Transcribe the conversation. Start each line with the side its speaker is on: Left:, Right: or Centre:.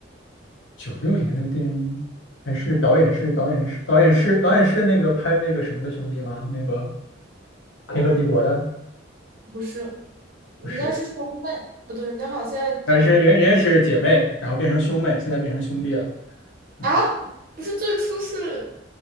Left: 九六年的电影，还是导演是导演是导演是导演是那个拍那个什么的兄弟吗？那个《黑客帝国》的
Right: <laughs> 不是，人家是兄妹，
Left: 不是？
Right: 不对，人家好像现在
Left: 但是人人家是姐妹，然后变成兄妹，现在变成兄弟了。嗯，
Right: 啊，不是最初是，